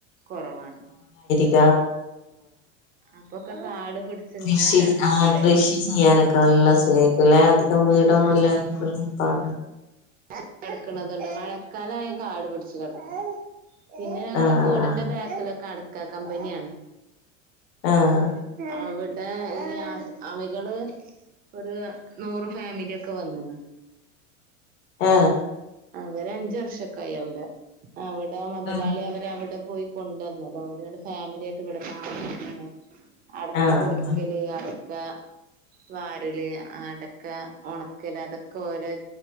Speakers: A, on the right (about 25°); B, on the left (about 70°).
A: കൊറവാണ്.
B: <unintelligible>
A: അപ്പൊക്കെ കാട് പിടിച്ച്
B: കൃഷി
A: ഇങ്ങനെ കെടക്കുമ്പളേ
B: ആ കൃഷി ചെയ്യാനൊക്കെ നല്ല സുഖയ്ക്കും ലെ.
A: ആഹ്
B: വീടൊന്നുംല്ല <inaudible> ക്ക
A: <inaudible> ക്ക്‌ണത്ണ്ട് മഴക്കാലയാ ഇൻ കാട് പിടിച്ച് കെടക്കും. പിന്നെ ഞങ്ങള
B: ആഹ്
A: വീടിന്റെ ബാക്കിലൊക്കെ അടക്കാ കമ്പനിയാണ്.
B: ആഹ്
A: അവ്ടെ <inaudible> അമികള് ഒരു നൂറ് ഫാമിലൊക്കെ വന്ന്ണ്.
B: ആ.
A: അവരഞ്ചു വർഷക്കായി അവ്ടെ അവ്ടെ മുതലാളി
B: ആഹ്
A: അവരവിടെ പോയി കൊണ്ടന്നതോടെണ് ഫാമിലിയിട്ട് ഇവിടൊ <inaudible> താമസിക്ക്‌ണ്. അടക്ക
B: ആഹ്
A: പൊളിക്കല്
B: ആഹ്
A: അടക്ക വാരല്. അടക്ക ഉണക്കല അതൊക്കൊരെ